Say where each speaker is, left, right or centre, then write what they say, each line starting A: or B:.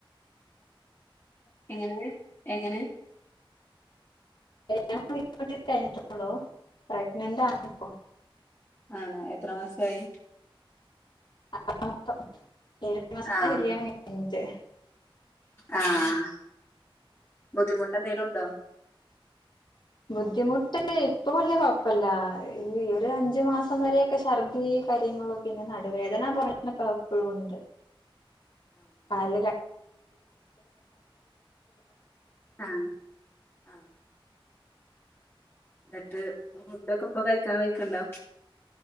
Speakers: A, on the left; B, on the left.
A: എങ്ങനെ എങ്ങനെ-
B: കല്യാണം ഇപ്പൊ കഴിഞ്ഞിട്ടള്ളൂ പ്രഗ്നന്റ് ആണ് ഇപ്പോ-
A: ആണോ എത്ര മാസയി-
B: <unintelligible> ഏഴ് മാസത്തെ
A: ആഹ്
B: കല്യാണം കഴിഞ്ഞിട്ട്-
A: ആഹ് ബുദ്ധിമുട്ട് എന്തേലും ഉണ്ടോ?
B: ബുദ്ധിമുട്ട് ഇപ്പൊ വല്യ കൊയപ്പല്ല ഇനിയേറിയ അഞ്ച് മാസം വരെയൊക്കെ ഛർദി കാര്യങ്ങളോ പിന്നെ നടുവേദന <unintelligible> ഉണ്ട്
A: <inaudible>
B: കാൽ <inaudible>
A: ആ ആ ന്നട്ട് ഫുഡൊക്കെ പ്പൊ കയ്ക്കാൻ വെയ്ക്ണ്ടോ?